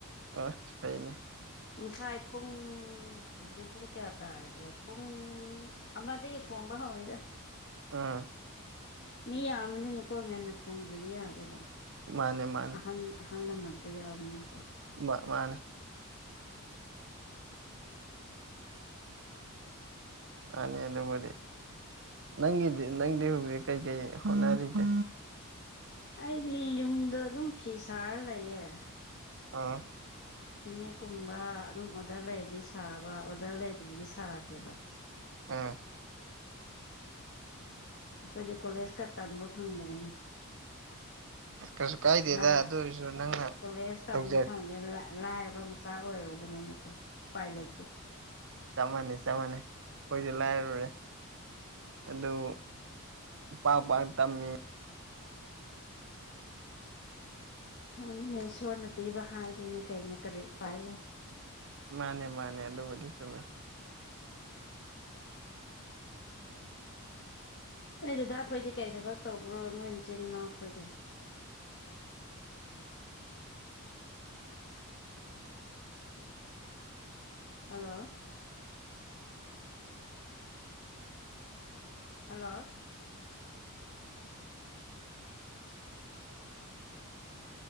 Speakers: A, on the right; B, on the left.
A: ꯑ ꯁꯅꯤ
B: ꯉꯥꯁꯥꯏ ꯄꯨꯡ ꯍꯧꯖꯤꯛ ꯄꯨꯡ ꯀꯌꯥ ꯇꯥꯔꯒꯦ ꯄꯨꯡ ꯑꯃꯗꯒꯤ ꯊꯣꯡꯕ ꯍꯧꯔꯤꯗ
A: ꯎꯝ
B: ꯃꯤ ꯌꯥꯝꯕꯅꯤꯅꯀꯣ ꯉꯟꯅ ꯊꯣꯡꯗ꯭ꯔꯗꯤ ꯌꯥꯗꯦꯕ
A: ꯃꯥꯅꯦ ꯃꯥꯅꯦ
B: ꯑꯍꯟ ꯑꯍꯜ ꯂꯃꯟꯁꯨ ꯌꯥꯎꯕꯅꯤꯅꯀꯣ
A: ꯃꯥ ꯃꯥꯅꯦ ꯃꯥꯅꯤ ꯑꯗꯨꯕꯨꯗꯤ ꯅꯪꯒꯤꯗꯤ ꯅꯪꯗꯤ ꯍꯧꯖꯤꯛ ꯀꯩꯀꯩ ꯍꯣꯠꯅꯔꯤꯒꯦ
B: ꯑꯩꯗꯤ ꯌꯨꯝꯗ ꯑꯗꯨꯝ ꯐꯤ ꯁꯥꯔ ꯂꯩꯌꯦ
A: ꯑꯝ
B: ꯐꯤꯅꯦꯛꯀꯨꯝꯕ ꯑꯗꯨꯝ ꯑꯣꯔꯗꯔ ꯂꯩꯔꯗꯤ ꯁꯥꯕ ꯑꯣꯔꯗꯔ ꯂꯩꯗ꯭ꯔꯗꯤ ꯁꯥꯗꯦꯕ
A: ꯑꯝ
B: ꯑꯩꯈꯣꯏꯗꯤ ꯀꯣꯂꯦꯖꯀ ꯇꯝꯕ ꯐꯪꯗ꯭ꯔꯦꯅꯦ
A: ꯀꯩꯁꯨ ꯀꯥꯏꯗꯦꯗ
B: <unintelligible>
A: ꯑꯗꯨ ꯑꯣꯏꯔꯁꯨ ꯅꯪꯅ
B: ꯀꯣꯂꯦꯖ ꯇꯝꯕ
A: ꯇꯧꯖꯔ
B: ꯐꯪꯗꯦꯅ ꯂꯥꯛ ꯂꯥꯏꯔꯕ ꯃꯆꯥ ꯑꯣꯏꯔꯨꯕꯅꯤꯅꯀꯣ ꯎꯄꯥꯏ ꯂꯩꯇꯦ
A: ꯆꯞ ꯃꯥꯟꯅꯩ ꯆꯞ ꯃꯥꯟꯅꯩ ꯑꯩꯈꯣꯏꯁꯨ ꯂꯥꯏꯔꯨꯔꯦ ꯑꯗꯨꯕꯨ ꯄꯥꯡ ꯄꯥꯡ ꯇꯝꯃꯤ
B: ꯈꯪꯅꯤ ꯏꯁꯣꯔꯅ ꯄꯤꯕ ꯍꯥꯏꯗꯨꯅ ꯀꯩꯅꯣ ꯀꯔꯤ ꯎꯄꯥꯏ ꯂꯩ
A: ꯃꯥꯅꯦ ꯃꯥꯅꯦ ꯑꯗꯨꯕꯨꯗꯤ ꯆꯨꯝꯃꯦ
B: ꯅꯣꯏ ꯗꯗꯥ ꯈꯣꯏꯗꯤ ꯀꯔꯤ ꯊꯕꯛ ꯇꯧꯕ꯭ꯔꯣ ꯅꯣꯏ ꯅꯆꯤꯟ ꯏꯅꯥꯎ ꯈꯣꯏꯗꯤ ꯍꯜꯂꯣ ꯍꯜꯂꯣ